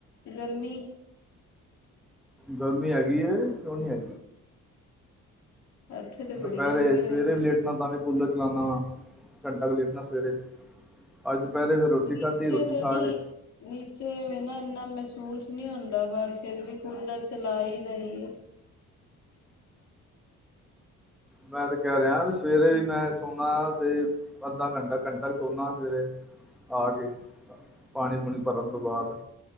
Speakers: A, on the left; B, in the centre.
A: ਗਰਮੀ
B: ਗਰਮੀ ਹੈਗੀ ਏ ਕਿਉਂ ਨ ਨਹੀਂ ਹੈਗੀ
A: ਇੱਥੇ ਤੇ ਬੜੀ
B: ਦੁਪਹਿਰੇ
A: ਗਰਮੀ
B: ਸਵੇਰੇ
A: ਹੋਈ
B: ਵੀ ਲੇਟਣਾ ਤਾਂ ਵੀ ਕੂਲਰ ਚਲਾਉਦਾ ਵਾ ਘੰਟਾ ਕੁ ਲੇਟਣਾ ਸਵੇਰੇ ਅੱਜ ਦੁਪਹਿਰੇ ਫਿਰ ਰੋਟੀ
A: ਨੀਚੇ
B: ਖਾਧੀ ਰੋਟੀ
A: ਤਾਂ
B: ਖਾ
A: ਨਹੀਂ
B: ਕੇ
A: ਨੀਚੇ ਨਾ ਨਾ ਮਹਿਸੂਸ ਨਹੀਂ ਹੁੰਦਾ ਪਰ ਫੇਿਰ ਵੀ ਕੂਲਰ ਚਲਾਈ ਦਾ ਹੀ
B: ਮੈਂ ਤੇ ਕਹਿ ਰਿਹਾ ਵੀ ਸਵੇਰੇ ਵੀ ਮੈਂ ਸੋਦਾ ਤੇ ਅੱਧਾ ਘੰਟਾ ਘੰਟਾ ਸੋਨਾ ਸਵੇਰੇ ਆ ਕੇ ਪਾਣੀ ਪੂਣੀ ਭਰਨ ਤੋਂ ਬਾਅਦ